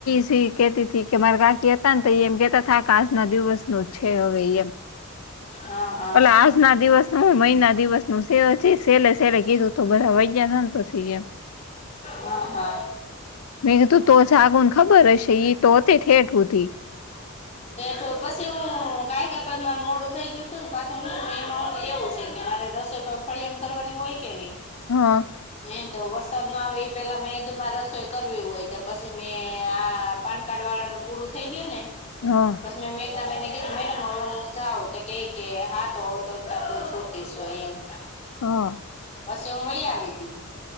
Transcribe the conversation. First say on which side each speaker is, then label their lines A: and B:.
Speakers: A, on the left (about 75°); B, on the left (about 30°).
A: સી કેતી ત કે મારા કાકી હતા ને તો એ એમ કેતા કે આજના દિવસનું છે હવે એમ.
B: હા, હા.
A: ઓલા આજના દિવસનું હું મહિના દિવસનું છે. જે સેલે સેલે કીધું તો બધા વાઈ ગયા ને પછી એમ.
B: હા હા
A: મે તું તો જાગન ખબર હશે તોતી થેટ હોતી.
B: ઠ પછી હું કાયકા પર મા મોડું થઈ ગયું હતું ને પાછી હું એમાં એવું છે કે મારે રસો. કપળ એમ કરવાની હોય કે નહી.
A: હા.
B: એ તો વરસાદ ના આવે એ પેલા મેંધું મારે રસોઈ કરવી હોય તો પછી મેં આ પાન. કાઢવાળાનું પૂરું થઈ ગયું ને.
A: હા.
B: મે મે મેને કીધું મેડમ હવે હું જાઉ તો ક કે હા તો ઓળું તો છૂટીશ એમ.
A: હા.
B: પછી હું વહી આવી હતી.